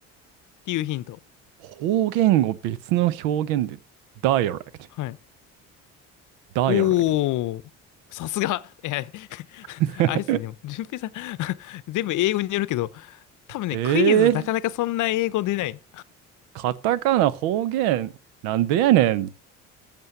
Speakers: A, on the left; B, on the right.
A: ていうヒント。
B: 方言を別の表現で、dialect、
A: はい。
B: dialect。
A: おー。さすが。いや、<laughs>
B: <laughs>
A: あれですね。でも、順平さん <laughs> 全部英語によるけど、多分ね、
B: えー、
A: クイズなかなかそんな英語出ない。
B: カタカナ方言、なんでやねん、